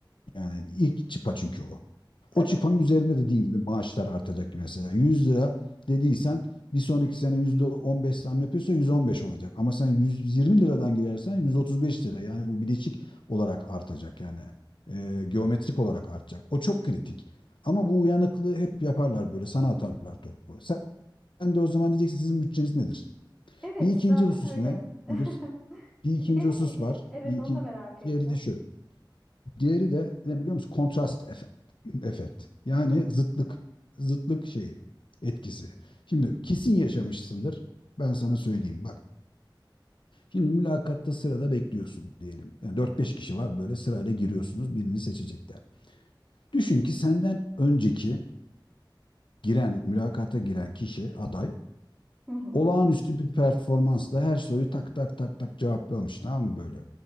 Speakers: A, on the left (about 75°); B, in the centre.
A: yani ilk çıpa çünkü o.
B: Tabii.
A: O çıpanın üzerinde dediğin gibi maaşlar artacak mesela. 100 lira dediysen bir sonraki sene %15 zam yapıyorsa 115 olacak. Ama sen 120 liradan girersen 135 lira. Yani bu bileşik olarak artacak yani. Ee, geometrik olarak artacak. O çok kritik. Ama bu uyanıklığı hep yaparlar böyle. Sana atarlar topu. Sen de o zaman diyeceksin sizin bütçeniz nedir?
B: Evet,
A: Bir ikinci
B: zaten
A: husus
B: öyle.
A: ne?
B: <laughs>
A: Gülüş? Bir ikinci
B: Diğeri
A: husus
B: nedir?
A: var.
B: Evet,
A: Bir ikin...
B: onu da merak ettim.
A: Diğeri de şu. Diğeri de ne biliyor musun? Kontrast efekt. <laughs> efekt. Yani
B: Hmm.
A: zıtlık zıtlık şeyi etkisi. Şimdi kesin yaşamışsındır. Ben sana
B: Hı hı.
A: söyleyeyim bak. Şimdi mülakatta sırada bekliyorsun diyelim. Yani 4-5 kişi var böyle sırayla giriyorsunuz birini seçecekler. Düşün ki senden önceki giren mülakata giren kişi aday
B: Hı hı.
A: olağanüstü bir performansla her soruyu tak tak tak tak cevaplamış tamam mı böyle?